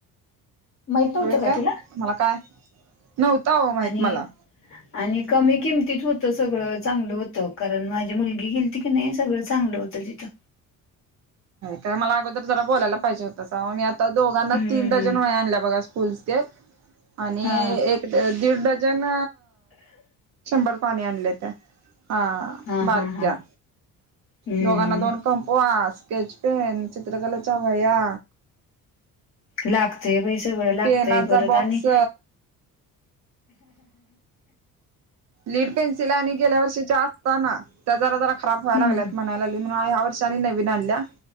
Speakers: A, on the left; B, on the right.
A: माहित नव्हतं
B: होय
A: का
B: काय
A: तुला?
B: मला काय नव्हत ओ माहित
A: आणि
B: मला
A: आणि कमी किमतीत होत सगळं चांगलं होतं कारण माझी मुलगी गेलती की नाही सगळं चांगलं होत. तिथं
B: काय मला अगोदर जरा बोलायला पाहिजे होतं काओ आता दोघांना
A: हम्म.
B: तीन डझन व आणल्या बघा फुल्सकेप आणि
A: हा
B: एक दीड डजन शंभर पाणी आणलेेत हा
A: हा
B: बारक्या
A: हा हा हम्म
B: दोघांना दोन कंपो आस स्केच पेन, चित्रकलेच्या वह्या
A: लागतय <unintelligible> तेवढ लागतय
B: पेनाचा
A: परत
B: बॉक्स
A: आणि
B: लीड पेन्सिल आणि गेल्या वर्षीच्या असताना त्या जरा जरा खराब व्हाय
A: हम्म
B: लागल्यात म्हणाय लागली. या वर्षा नवीन आनल्या